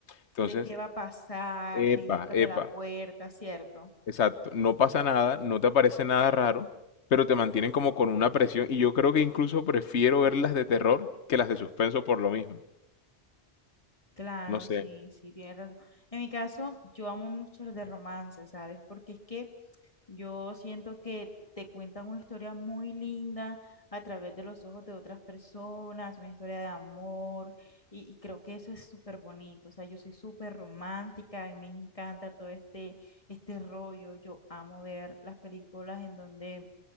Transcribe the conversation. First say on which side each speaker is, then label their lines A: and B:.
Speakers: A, on the left; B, on the left.
A: Entonces,
B: de qué va a pasar,
A: epa,
B: qué hay detrás de
A: epa,
B: la puerta, ¿cierto?
A: Exacto, no pasa nada, no te aparece nada raro, pero te mantienen como con una presión y yo creo que incluso prefiero ver las de terror que las de suspenso por lo mismo.
B: Claro,
A: No
B: sí,
A: sé,
B: sí, tienes razón. En mi caso, yo amo mucho los de romance, ¿sabes? Porque es que yo siento que te cuentan una historia muy linda a través de los ojos de otras personas, una historia de amor, y, y creo que eso es súper bonito. O sea, yo soy súper romántica, a mí me encanta todo este, este rollo. Yo amo ver las películas en donde